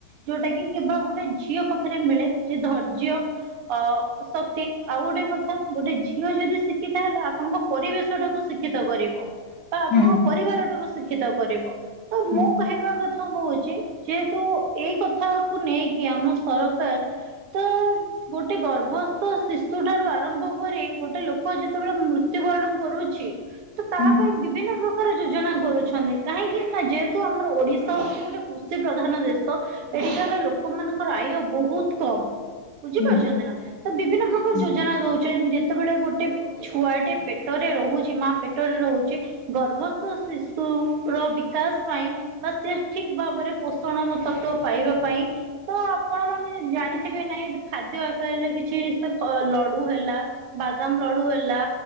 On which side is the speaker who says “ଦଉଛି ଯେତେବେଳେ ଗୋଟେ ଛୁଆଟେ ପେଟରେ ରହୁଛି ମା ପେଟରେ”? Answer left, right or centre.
Right